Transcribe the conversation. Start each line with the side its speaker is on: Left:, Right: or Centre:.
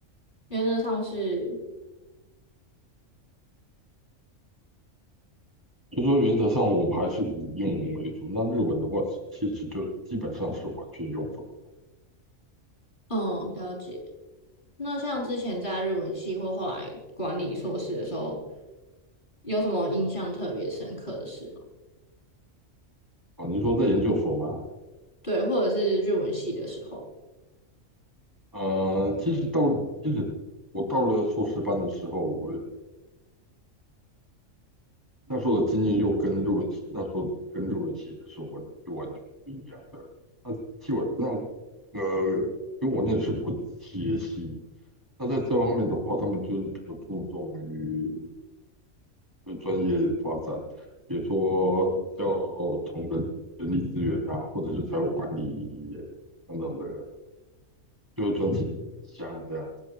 Left: 原则上是
Right: 就说原则上我们还是以英文为主，那日文的话，其实就基本上是完全用不到。
Left: 嗯了解。那像之前在日文系或后来管理硕士的时候，有什么印象特别深刻的事吗？
Right: 啊，您说在研究所吗？
Left: 对，或者是日文系的时候。
Right: 呃，其实到其实我到了硕士班的时候，我那时候的经验又跟日文系那时候跟日文系的时候完就完全不一样的。那替我那呃，因为我那的是国际企业系，那在这方面的话，他们就是比较注重于呃专业发展，比如说要从人人力资源呐，或者是财务管理等等的。就专精于像这样子。